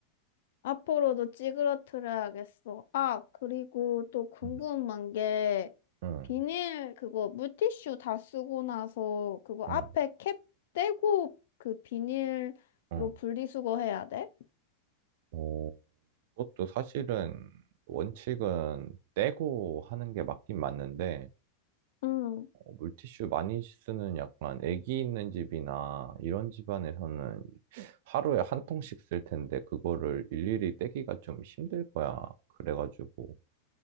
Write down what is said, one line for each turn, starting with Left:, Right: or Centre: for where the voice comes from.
Left: 앞으로도 찌그러트려야겠어. 아, 그리고 또 궁금한
Right: 응,
Left: 게
Right: 응,
Left: 비닐 그거 물티슈 다 쓰고 나서 그거
Right: 응,
Left: 앞에 캡 떼고 그 비닐로
Right: 응.
Left: 분리수거 해야 돼?
Right: 뭐, 그것도 사실은 원칙은 떼고 하는 게 맞긴 맞는데,
Left: 응.
Right: 어, 물티슈 많이 쓰는 약간 애기 있는 집이나 이런 집안에서는 하루에 한 통씩 쓸 텐데, 그거를 일일이 떼기가 좀 힘들 거야. 그래가지고.